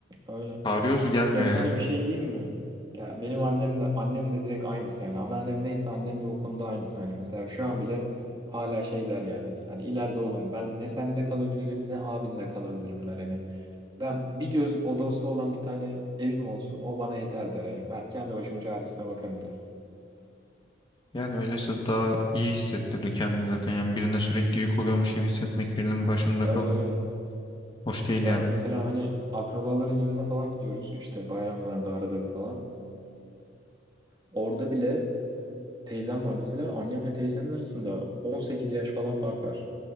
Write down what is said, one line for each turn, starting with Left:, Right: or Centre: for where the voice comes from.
Right: Öyle.
Left: çağırıyoruz gelmiyor
Right: Ya sana
Left: yani.
Right: bir şey diyeyim mi? Ya benim annem de annem de direkt aynısı yani. Anneannem neyse annem de o konuda aynısı. Hani mesela şu an bile hala şey der yani. Hani ileride oğlum ben ne sende kalabilirim ne abinde kalabilirim der. Hani Ben bir göz odası olan bir tane evim olsun o bana yeter der. Yani ben kendi başımın çaresine bakarım der.
Left: Yani öylesi daha iyi hissettirir kendini zaten. Yani birine sürekli yük oluyormuş gibi hissetmek birinin başında
Right: Öyle
Left: kalmak
Right: öyle.
Left: hoş değil
Right: Ya
Left: yani.
Right: bak mesela hani akrabaların yanına falan gidiyoruz işte bayramlarda arada bir falan. Orada bile teyzem var mesela annemle teyzemin arasında 18 yaş falan fark var.